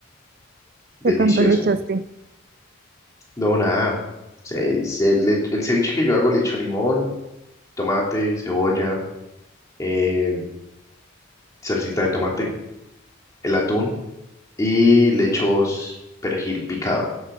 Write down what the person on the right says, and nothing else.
¿Qué tanto le echaste?